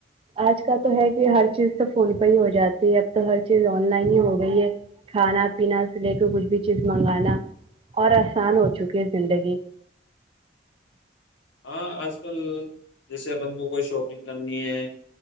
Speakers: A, on the right; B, on the left.
A: آج کل تو ہے کہ ہر چیز تو فون پہ ہی ہو جاتی ہے اب تو ہر چیز آن لائن ہی ہو گئی ہے کھانا پینا سے لے کے کچھ بھی چیز منگانا اور آسان ہو چکی زندگی
B: ہاں آج کل جیسے اپن کو کوئی شاپنگ کرنی ہے